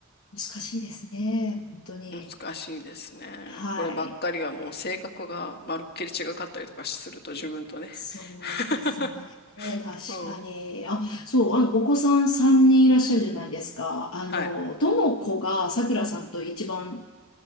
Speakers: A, on the left; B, on the left.
A: 難しいですね。本当に。
B: 難しいですね。
A: はい。
B: こればっかりはもう性格がまるっきり違かったりとかすると自分とね。
A: そうですね。
B: <laughs>
A: 確かに。
B: もう
A: あ、そう、あの、お子さん3人いらっしゃるじゃないですか。あの、
B: はい。
A: どの子がさくらさんと一番、